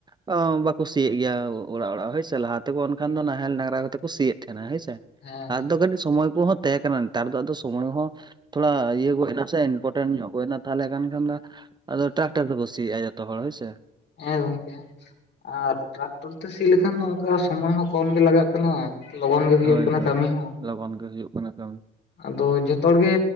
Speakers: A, on the right; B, on the left.
A: ᱚ ᱵᱟᱠᱚ ᱥᱤᱭᱮᱫ ᱜᱮᱭᱟ ᱚᱲᱟᱜ ᱚᱲᱟᱜ ᱦᱳᱭᱥᱮ ᱞᱟᱦᱟ ᱛᱮᱠᱚ ᱮᱱᱠᱷᱟᱱ ᱫᱚ ᱱᱟᱦᱮᱞ ᱰᱟᱝᱽᱨᱟ ᱠᱟᱛᱮ ᱠᱚ ᱥᱤᱭᱮᱫ ᱛᱟᱦᱮᱱᱟ ᱦᱳᱭ ᱥᱮ᱾
B: ᱦᱮᱸ
A: ᱞᱟᱦᱟ
B: ᱦᱮᱸ
A: ᱛᱮᱫᱚ ᱠᱟᱹᱴᱤᱡ ᱥᱚᱢᱚᱭ ᱠᱚᱦᱚᱸ ᱛᱟᱦᱮᱸ ᱠᱟᱱᱟ ᱱᱮᱛᱟᱨ ᱫᱚ ᱟᱫᱚ ᱥᱚᱢᱚᱭ ᱦᱚᱸ ᱛᱷᱚᱲᱟ ᱤᱭᱟᱹ ᱠᱚᱡ ᱱᱟᱥᱮ ᱤᱱᱯᱴᱮᱱᱴ ᱧᱚᱜ ᱦᱩᱭᱱᱟ ᱾ ᱛᱟᱦᱚᱞᱮ ᱠᱷᱟᱱ ᱠᱷᱟᱱ ᱫᱚ ᱟᱫᱚ ᱴᱨᱟᱠᱴᱟᱨ ᱛᱮᱠᱚ ᱥᱤᱭᱟᱜᱼᱟ ᱡᱚᱛᱚ ᱦᱚᱲ ᱦᱳᱭᱥᱮ᱾
B: ᱦᱮᱸ ᱜᱚᱝᱠᱮ, ᱟᱨ ᱴᱨᱟᱠᱴᱚᱨ ᱛᱮ ᱥᱤ ᱞᱮᱠᱷᱟᱱ ᱫᱚ ᱚᱝᱠᱟ ᱥᱚᱢᱚᱭ ᱦᱚᱸ ᱠᱚᱢ ᱜᱮ ᱞᱟᱜᱟᱜ ᱠᱟᱱᱟ᱾ ᱞᱚᱜᱚᱱ ᱜᱮ ᱦᱩᱭᱩᱜ
A: ᱦᱳᱭ
B: ᱠᱟᱱᱟ
A: ᱦᱳᱭ
B: ᱠᱟᱹᱢᱤ ᱦᱚᱸ᱾
A: ᱞᱚᱜᱚᱱ ᱜᱮ ᱦᱩᱭᱩᱜ ᱠᱟᱱᱟ ᱠᱟᱹᱢᱤ᱾
B: ᱟᱫᱚ ᱡᱚᱛᱚ ᱦᱚᱲᱜᱮ